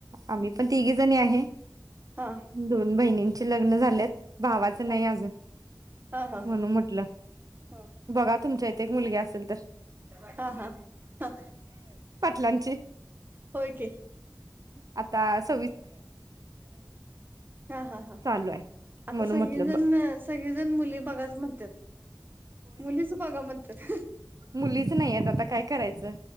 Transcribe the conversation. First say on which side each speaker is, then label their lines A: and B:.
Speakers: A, on the right; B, on the right.
A: आम्ही
B: हम्म
A: पण तिघी जणी आहे.
B: हा
A: दोन बहिणींचे लग्न झालेत. भावाच नाही
B: हा
A: अजून
B: हा हा
A: म्हणून म्हटलं,
B: हा
A: बघा तुमच्या इथे एक मुलगी असेल तर
B: हा हा हा
A: पाटलांची.
B: होय की
A: आता आज.
B: हा हा हा
A: चालू आहे.
B: आता
A: म्हणून
B: सगळीजण
A: म्हटलं
B: सगळीजण मुली बघाच म्हणत्यात. मुलीच बगा म्हणत्यात.
A: मुलीचं नाहीत आता काय करायचं,